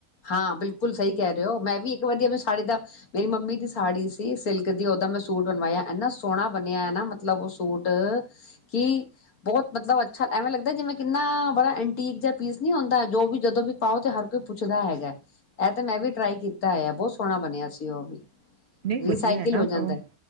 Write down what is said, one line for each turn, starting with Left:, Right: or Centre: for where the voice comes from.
Left: ਹਾਂ ਬਿਲਕੁਲ ਸਹੀ ਕਹਿ ਰਹੇ ਹੋ ਮੈਂ ਵੀ ਇੱਕ ਵਧੀਆ <unintelligible> ਸਾੜੀ ਦਾ ਮੇਰੀ ਮੰਮੀ ਦੀ ਸਾੜੀ ਸੀ ਸਿਲਕ ਦੀ ਉਹਦਾ ਮੈਂ ਸੂਟ ਬਣਵਾਇਆ ਇੰਨਾ ਸੋਹਣਾ ਬਣਿਆ ਐ ਨਾ ਮਤਲਬ ਉਹ ਸੂਟ ਕਿ ਬਹੁਤ ਮਤਲਬ ਅੱਛਾ ਐਵੇਂ ਲੱਗਦਾ ਜਿਵੇਂ ਕਿੰਨਾ ਬੜਾ ਐੰਟੀਕ ਜਾਂ ਪੀਸ ਨੀ ਆਉਂਦਾ ਜੋ ਵੀ ਜਦੋਂ ਵੀ ਪਾਓ ਤੇ ਹਰ ਕੋਈ ਪੁੱਛ ਦਾ ਹੈਗਾ ਇਹ ਤੇ ਮੈਂ ਵੀ ਟਰਾਈ ਕੀਤਾ ਐ ਬਹੁਤ ਸੋਹਣਾ ਬਣਿਆ ਸੀ ਉਹ ਵੀ
Right: ਨਹੀਂ ਵਧੀਆ
Left: ਰੀਸਾਈਕਲ
Right: ਹੈ ਨਾ
Left: ਹੋ ਜਾਂਦਾ
Right: ਸੋ
Left: ਹੈ।